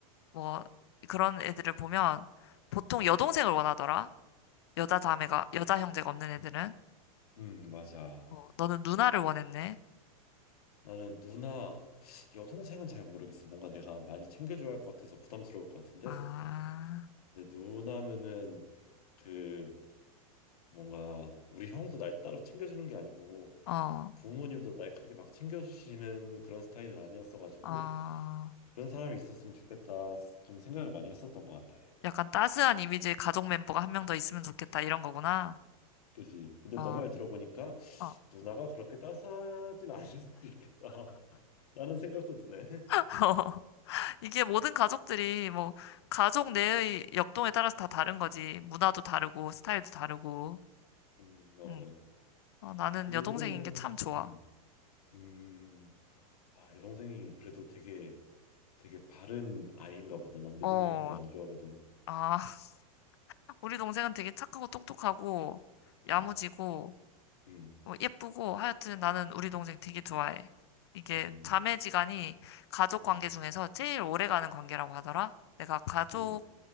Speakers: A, on the left; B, on the left.
A: 뭐, 그런 애들을 보면 보통 여동생을 원하더라. 여자 자매가, 여자 형제가 없는 애들은?
B: 음, 맞아.
A: 어, 너는 누나를 원했네.
B: 나는 누나, 여동생은 잘 모르겠어. 뭔가 내가 많이 챙겨줘야 할 것 같아서 부담스러울 것 같은데.
A: 아,
B: 근데 누나면은 그 뭔가 우리 형도 날 따로 챙겨주는 게 아니고
A: 어,
B: 부모님도 날 크게 막 챙겨주시는 그런 스타일은 아니었어가지고
A: 어.
B: 그런 사람이 있었으면 좋겠다 좀 생각을 많이 했었던 것 같아.
A: 약간 따스한 이미지의 가족 멤버가 한 명 더 있으면 좋겠다, 이런 거구나.
B: 그지. 근데
A: 어,
B: 너 말 들어보니까
A: 어.
B: 누나가 그렇게 따스하진 않을 수도 있겠다. <laughs> 라는 생각도 드네.
A: <laughs> 이게 모든 가족들이 뭐, 가족 내의 역동에 따라서 다 다른 거지. 문화도 다르고, 스타일도 다르고.
B: 음, 맞아.
A: 음. 어, 나는
B: 그러면은,
A: 여동생인 게 참 좋아.
B: 음, 음, 아, 여동생이 그래도 되게, 되게 바른 아이인가 보다. 난 내
A: 어,
B: 동생 별로 안 좋아하거든.
A: 아, <laughs> 우리 동생은 되게 착하고 똑똑하고,
B: 음,
A: 야무지고,
B: 음,
A: 어, 예쁘고 하여튼 나는
B: 음,
A: 우리 동생 되게 좋아해. 이게
B: 음,
A: 자매지간이 가족
B: 음,
A: 관계 중에서 제일 오래가는 관계라고 하더라. 내가 가족
B: 음,